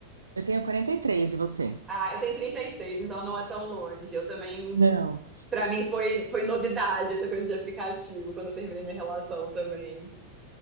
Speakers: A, on the right; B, on the right.
A: Eu tenho quarenta e três e você?
B: Ah, eu tenho 36, então não é tão longe. Eu também,
A: Não.
B: pra mim foi, foi novidade essa coisa de aplicativo quando eu terminei minha relação também.